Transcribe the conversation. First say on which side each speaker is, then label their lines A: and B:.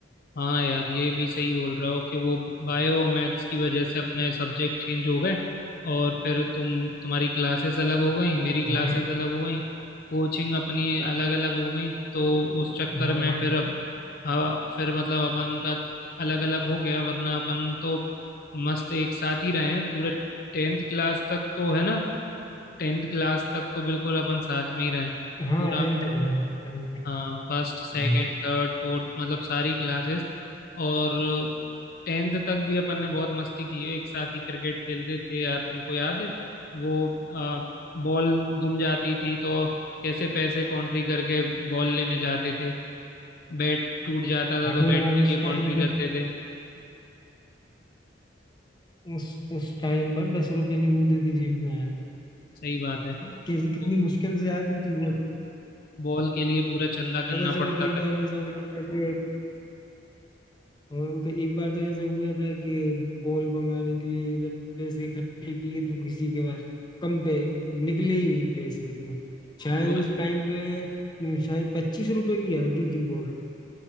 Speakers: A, on the left (about 55°); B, on the left (about 25°).
A: हाँ यार ये भी सही बोल रहे हो कि वो बायो मैथ्स की वजह से अपने सब्जेक्ट चेंज हो गए और फिर तुम तुम्हारी क्लासेस अलग हो गई मेरी क्लासेस
B: हाँ
A: अलग हो गई कोचिंग अपनी अलग अलग हो गई तो उस चक्कर
B: हाँ
A: में फिर अब हाँ फिर मतलब अपन का अलग अलग हो गया वरना अपन तो मस्त एक साथ ही रहे हैं पूरे टेंथ क्लास तक तो है ना टेंथ क्लास तक तो बिल्कुल अपन साथ में ही रहे
B: हाँ
A: पूरा
B: टेंथ तक रहा tenth तक,
A: हाँ फर्स्ट सेकंड
B: हाँ
A: थर्ड फोर्थ मतलब सारी क्लासेस और टेंथ तक भी अपन ने बहुत मस्ती की है एक साथ ही क्रिकेट खेलते थे यार तुमको याद है वो आ, बॉल गुम जाती थी तो कैसे पैसे कॉन्ट्री करके बॉल लेने जाते थे बैट टूट जाता था
B: अरे
A: तो बैट
B: यार
A: के
B: उस
A: लिए
B: टाइम
A: कॉन्ट्री करते थे
B: उस उस टाइम पर दस रुपए नहीं होते थे जेब में यार
A: सही बात है
B: कैसी
A: बॉ-
B: कितनी मुश्किल से आती थी वो
A: बॉल के लिए पूरा चंदा
B: पता
A: करना
B: चला
A: पड़ता
B: कई
A: था
B: बार ऐसा होता था कि और तो एक बार तो ऐसा हुआ था कि बॉल मंगाने के लिए जब पैसे इकट्ठे किए तो किसी के पास कम पे निकले ही नहीं पैसे उतने शायद
A: वो
B: उस टाइम पे शायद पच्चीस रुपए की आती थी बॉल